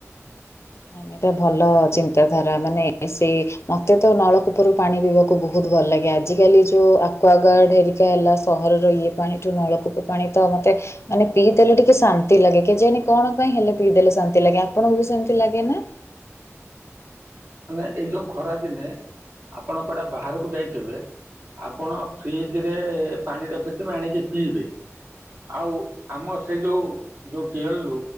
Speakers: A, on the left; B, on the right.
A: ନାଇ ଏଇଟା ଭଲ ଚିନ୍ତାଧାରା ମାନେ ସେଇ ମତେ ତ ନଳକୂପରୁ ପାଣି ପିଇବାକୁ କୁ ବହୁତ ଭଲ ଲାଗେ। ଆଜିକାଲି ଯୋଉ ଆକୁୱାଗାର୍ଡ଼ ହେରିକା ହେଲା ସହରର ଇଏ ପାଣିଠୁ ନଳକୂପ ପାଣି ତ ମୋତେ ମାନେ ପିଇ ଦେଲେ ଟିକେ ଶାନ୍ତି ଲାଗେ କେଜାଣି କଣ ପାଇଁ ହେଲେ ପିଇ ଦେଲେ ଶାନ୍ତି ଲାଗେ ଆପଣଙ୍କୁ ବି ସେମିତି ଲାଗେ ନା?
B: ମାନେ ଏଇ ଯୋଉ ଖରା ଦିନେ ଆପଣ କୁଆଡେ ବାହାରକୁ ଯାଇଥିବେ ଆପଣ ଫ୍ରିଜରେ ପାଣି ରଖିଥିବେ ଆଣିକି ପିଇବେ। ଆଉ ଆମ ସେ ଯୋଉ ଯୋଉ ଟିଅଲ ରୁ